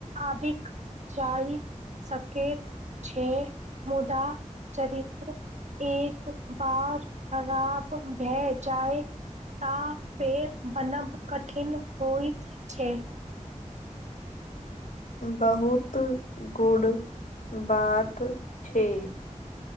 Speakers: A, on the right (about 60°); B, on the left (about 80°).
A: आबिक जाय सकैत छै मुदा चरित्र एक बार खराब भए जाय ता फेर बनब कठिन होइत छै।
B: बहुत गुड बात छै।